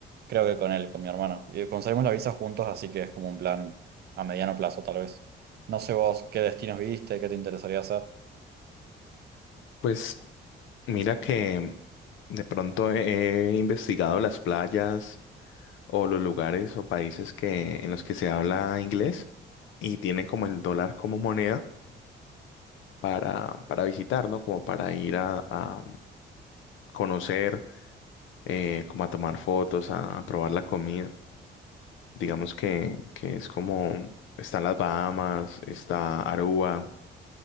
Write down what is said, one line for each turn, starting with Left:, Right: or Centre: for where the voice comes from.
Right: creo que con él, con mi hermano. Y conseguimos la visa juntos, así que es como un plan a mediano plazo, tal vez. No sé vos qué destinos viste, qué te interesaría hacer.
Left: Pues mira que de pronto he, he investigado las playas o los lugares o países que, en los que se habla inglés y tienen como el dólar como moneda para, para visitar, ¿no? Como para ir a a mm, conocer. eh, como a tomar fotos, a probar la comida. Digamos que, que es como, están las Bahamas, está Aruba,